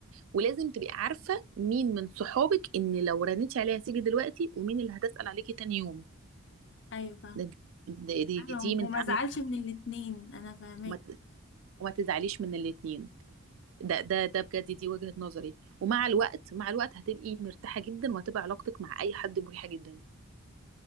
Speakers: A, on the right; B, on the left.
A: ولازم تبقي عارفة مين من صحابك ان لو رنيتي عليها هتيجي دلوقتي ومين اللي هتسأل عليكي تاني يوم
B: ايوه فاهم
A: ده دي, دي,
B: ايوه
A: دي من
B: وما
A: تعاملك
B: زعلش
A: مع
B: من
A: صحابك.
B: الاتنين انا فاهماك
A: وما ت- وما تزعليش من الاتنين ده ده ده بجد دي وجهة نظري ومع الوقت مع الوقت هتبقي مرتاحة جدا وهتبقى علاقتك مع اي حد مريحة جدا